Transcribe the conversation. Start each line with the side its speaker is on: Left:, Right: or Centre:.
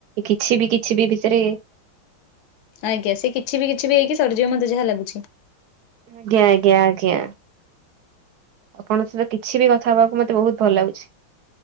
Right: କିଛି ବି କିଛି ବି ଭିତରେ
Left: ଆଜ୍ଞା ସେ କିଛି ବି କିଛି ବି ହେଇକି ସରିଯିବ ମତେ ଯାହା ଲାଗୁଛି।
Right: ଆଜ୍ଞା ଆଜ୍ଞା ଆଜ୍ଞା। ଆପଣଙ୍କ ସହିତ କିଛି ବି କଥା ହବାକୁ ମତେ ବହୁତ ଭଲ ଲାଗୁଛି।